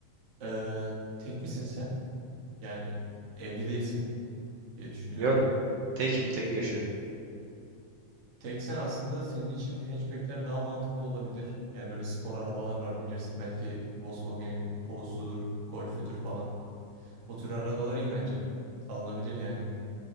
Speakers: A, on the right (about 85°); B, on the right (about 70°).
A: Ee, tek misin sen? Yani evli değilsin diye düşünüyorum.
B: ya tekim tek yaşıyorum.
A: Tek sen aslında senin için hatchbackler daha mantıklı olabilir. Yani böyle spor arabalar var bilirsin. Belki Volkswagen'in Polo'sudur, Golf'üdür falan. O tür arabalar iyi bence. Alınabilir yani.